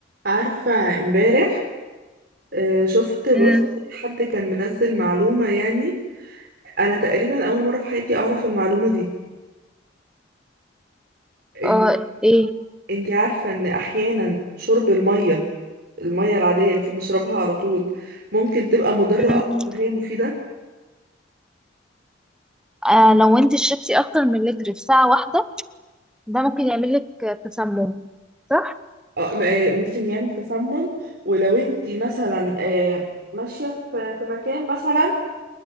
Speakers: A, on the right (about 60°); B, in the centre.
A: عارفة امبارح آه، شفت بوست
B: امم
A: حد كان منزل معلومة يعني أنا تقريبا أول مرة في حياتي أعرف المعلومة دي إن
B: اه ايه
A: أنتي عارفة إن أحيانا شرب المية المية العادية اللي المفروض نشربها على طول ممكن تبقى مضرة
B: امم
A: أكتر ما هي مفيدة
B: آه لو انت شربتي اكتر من لتر في ساعة واحدة ده ممكن يعمل لك تسمم صح
A: آه، م- آه، ممكن يعمل تسمم ولو أنتي مثلا آه، ماشية في في مكان مثلا